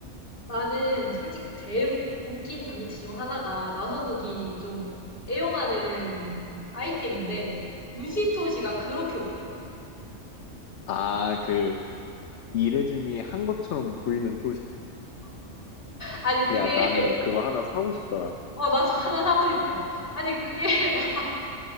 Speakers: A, on the left; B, on the left.
A: 나는 솔직히 제일 웃긴 장치 중 하나가 나선욱이 좀 애용하는 아이템인데 문신토시가 그렇게 웃겨.
B: 아, 그 이레즈미 한 것처럼 보이는
A: 아니 그게
B: 야, 나는
A: <laughs>
B: 그거 하나 사고 싶더라.
A: 어 나도 하나 사고 싶어. 아니 그게 <laughs> 막